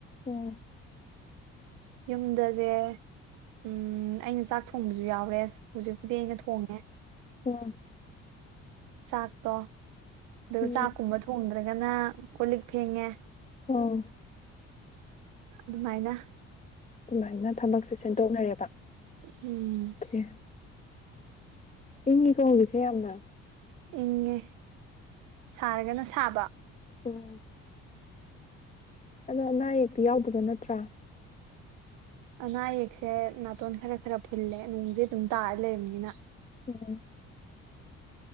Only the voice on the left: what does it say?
ꯎꯝ
ꯑꯥ
ꯎꯝ
ꯎꯝ
ꯑꯗꯨꯃꯥꯏꯅ ꯊꯕꯛꯁꯦꯦ ꯁꯦꯡꯗꯣꯛꯅꯔꯦꯕꯀꯦ
ꯏꯪꯉꯀꯣꯡꯖꯤꯁꯦ ꯌꯥꯝꯅ
ꯎꯝ ꯑꯗꯣ ꯑꯅꯥ ꯑꯌꯦꯛꯇꯤ ꯌꯥꯎꯗꯕ ꯅꯠꯇ꯭ꯔꯥ
ꯎꯝ